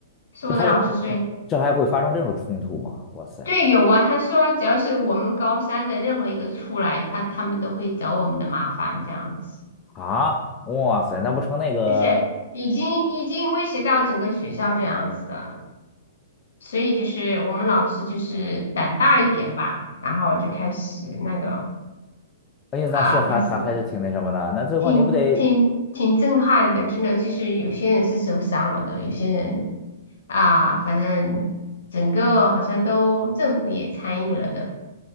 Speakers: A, on the left; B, on the left.
A: 是我的老师说，
B: 这还这还会发生这种冲突吗？哇塞
A: 对，有啊。他说，只要是我们高三的任何一个出来，他他们都会找我们的麻烦，这样子，
B: 啊，哇塞，那不成那个？
A: 就是已经已经威胁到整个学校这样子的了。所以就是我们老师就是胆大一点吧，然后就开始那个
B: 哎呀，
A: 啊，
B: 那是还还还是挺那什么的。
A: 开始
B: 那最后你不得
A: 挺挺挺震撼的，真的就是有些人是受伤了的，有些人啊，反正整个好像都政府也参与了的。